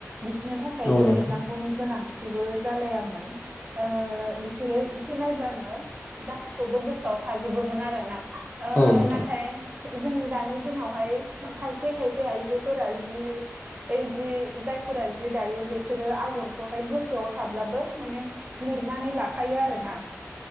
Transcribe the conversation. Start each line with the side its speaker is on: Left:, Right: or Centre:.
Right: बिसोनो था खाय
Left: औ नोंथां
Right: लिरनांगौनि गोनां थिबो जालायामोन ओ बिसोरो एसे नायब्लानो गासिखौबो गोसोआव थाजोबोमोन आरोना ओ
Left: औ नोंथां
Right: नाथाय जों दानि दिनावहाय खायसे खायसे आइजोफोरा जि ओ जि जायफोरा जि दायो बिसोरो आगरखौहाय गोसोआव थाब्लाबो माने लिरनानै लाखायो आरोना